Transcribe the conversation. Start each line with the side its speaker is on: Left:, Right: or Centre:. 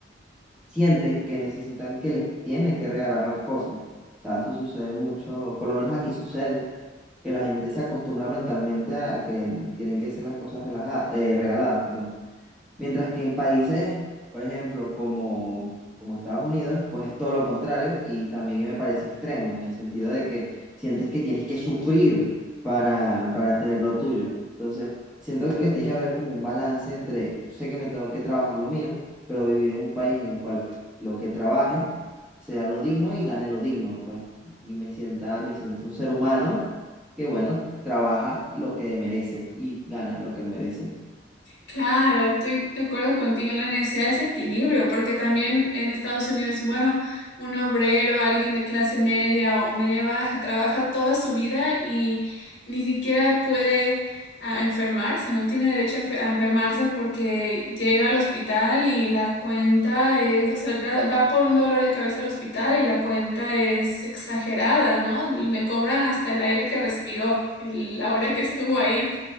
Centre: sienten que necesitan que les tienen que regalar las cosas. O sea, eso sucede mucho, por lo menos aquí sucede, que la gente se acostumbra mentalmente a que tienen que ser las cosas relaja- eh, regaladas, perdón. Mientras que en países, por ejemplo, como, como Estados Unidos, pues es todo lo contrario y también me parece extremo en el sentido de que sientes que tienes que sufrir para, para tener lo tuyo. Entonces, siento que tiene que haber como un balance entre, yo sé que me tengo que trabajar lo mío, pero vivir en un país en el cual lo que trabaje sea lo digno y gane lo digno, pues, y me sienta, me siento un ser humano que, bueno, trabaja lo que merece y gana lo que merece.
Left: Claro, estoy de acuerdo contigo en la necesidad de ese equilibrio, porque también en Estados Unidos, bueno, un obrero, alguien de clase media o media baja, trabaja toda su vida y ni siquiera puede ah, enfermarse, no tiene derecho a enfe- a enfermarse porque llega al hospital y la cuenta es, o sea, va, va por un dolor de cabeza al hospital y la cuenta es exagerada, ¿no? Le cobran hasta el aire que respiró, el- la hora que estuvo ahí.